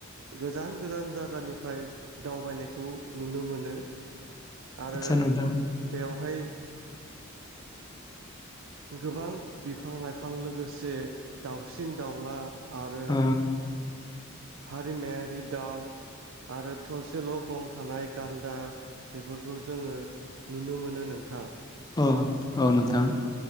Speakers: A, on the right; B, on the left.
A: गोजान गोजान जायगानिफ्राय दावबायनायखौ नुनो मोनो आरो
B: आदसा नोंथां
A: बेवहाय गोबां बिफां लाइफां लोगोसे दाउसिन दाउला आरो।
B: अ
A: हारिमायारि दाउ आरो थसेल' गं थानाय गान्दा बेफोरखौ जोङो नुनो मोनो नोंथां।
B: अ औ नोंथां